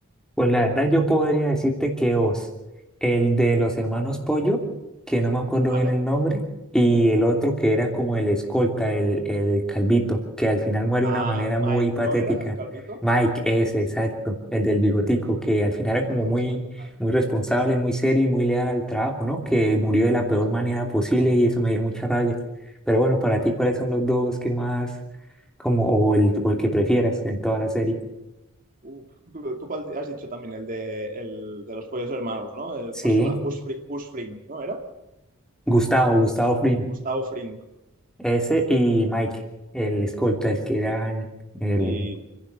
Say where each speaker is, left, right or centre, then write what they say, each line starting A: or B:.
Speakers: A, in the centre; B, on the right.
A: Pues la verdad yo podría decirte que Oz, el de los hermanos Pollo, que no me acuerdo
B: ¿Vale?
A: bien el nombre, y el otro que era como el escolta, el, el calvito, que al final muere
B: Ah,
A: de una manera
B: Mike,
A: muy patética.
B: ¿no era el calvito?
A: Mike, ese, exacto, el del bigotico, que al final era
B: Buah,
A: como muy,
B: ese es brutal.
A: muy responsable, muy serio y muy leal al trabajo, ¿no? Que murió de la peor
B: Sí, sí.
A: manera posible y eso me dio mucha rabia. Pero bueno, para ti, ¿cuáles son los dos que más, como, o el, o el que prefieras en toda la serie?
B: Uf. ¿Tú cuál has dicho también? El de, el de los pollos hermanos, ¿no? El-
A: Sí,
B: ¿cómo se llama? Gus Fring, Gus Fring, ¿no era?
A: Gustavo, Gustavo Fring.
B: Gustavo Fring.
A: Ese y Mike, el escolta, el que era el, el-
B: Y